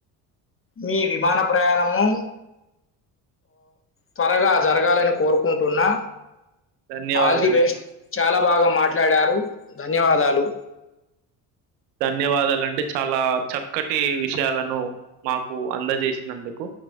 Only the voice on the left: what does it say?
మీ విమాన ప్రయాణము త్వరగా జరగాలని కోరుకుంటున్నా
ఆల్ ది బెస్ట్ చాలా భాగం మాట్లాడారు ధన్యవాదాలు